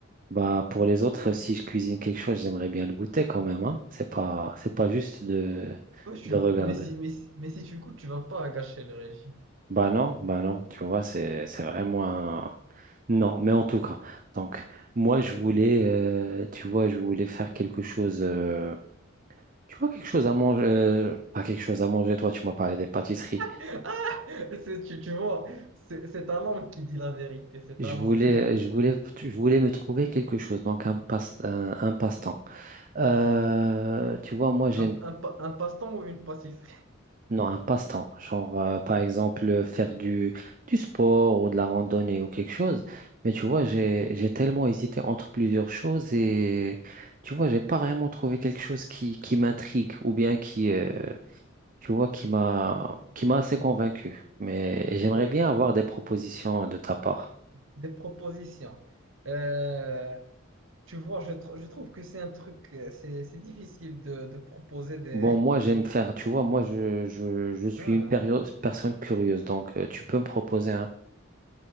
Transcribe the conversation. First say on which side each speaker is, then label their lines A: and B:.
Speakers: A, on the right; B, on the right.
A: Bah, pour les autres, si je cuisine quelque chose, j'aimerais bien le goûter quand même, hein. C'est pas, c'est pas juste de,
B: Ouais, tu-
A: de regarder.
B: mais si, mais si, mais si tu goûtes, tu vas pas gâcher le régime.
A: Bah non, bah non, tu vois, c'est c'est vraiment un... Non, mais en tout cas, donc moi je voulais, euh, tu vois, je voulais faire quelque chose, euh, tu vois, quelque chose à manger, euh, pas quelque chose à manger, toi tu m'as parlé des pâtisseries.
B: <laughs> C'est- Tu, tu vois, c'est c'est ta langue qui dit la vérité, c'est
A: Je
B: ta langue.
A: voulais, je voulais, je voulais me trouver quelque chose, donc un passe, un, un passe-temps. Euh, tu vois, moi j'aime
B: Un, un, pa- un passe-temps ou une pâtisserie?
A: Non, un passe-temps. Genre, euh, par exemple, euh, faire du, du sport ou de la randonnée ou quelque chose. Mais tu vois, j'ai, j'ai tellement hésité entre plusieurs choses et tu vois, j'ai pas vraiment trouvé quelque chose qui, qui m'intrigue ou bien qui, euh, tu vois, qui m'a, qui m'a assez convaincu. Mais j'aimerais
B: Oui,
A: bien avoir des propositions de ta part.
B: des propositions. Euh, tu vois, je, tr- je trouve que c'est un truc, euh, c'est c'est difficile de, de proposer des...
A: Bon, moi, j'aime faire, tu vois, moi, je, je, je suis
B: Ah.
A: une période- personne curieuse. Donc, euh, tu peux me proposer